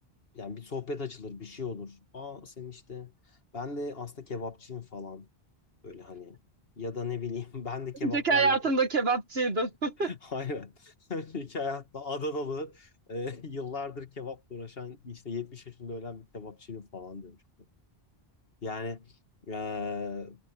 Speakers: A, on the left; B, on the right.
A: yani bir sohbet açılır bir şey olur. Aa senin işte ben de aslında kebapçıyım falan. Böyle hani ya da ne bileyim <laughs> ben de kebaplarla
B: Önceki hayatımda kebapçıydım. <laughs>
A: <laughs> aynen <laughs> önceki hayatta Adanalı e, <laughs> yıllardır kebapla uğraşan işte 70 yaşında ölen bir kebapçıydı falan demiş. Yani eee,